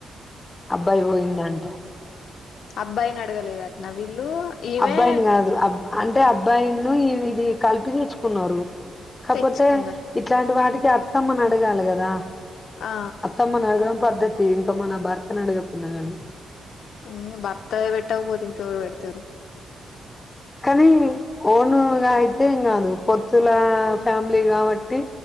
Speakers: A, on the left; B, on the left.
A: అబ్బాయి పోయిండంట.
B: అబ్బాయినడగలేదట్నా వీల్ ల్లు ఇవే
A: అబ్బాయిని కాదు అబ్ అంటే అబ్బాయిన్నూ ఇది కలిపి తెచ్చుకున్నరు. కాపోతే,
B: తెచ్చుకున్నది
A: ఇట్లాంటి వాటికి ఇగ అత్తమ్మనడగాలి కదా?
B: ఆ
A: అత్తమ్మనడగడం పద్ద్దతి, ఇంకా మన భర్తను అడగకున్నా గానీ.
B: హ్మ్ భర్త పెట్టకపోతే ఇంకెవ రుపెడతారు
A: కానీ ఓనుగ అయితే ఏం కాదు పొత్తులా ఫ్యామిలీ కాబట్టి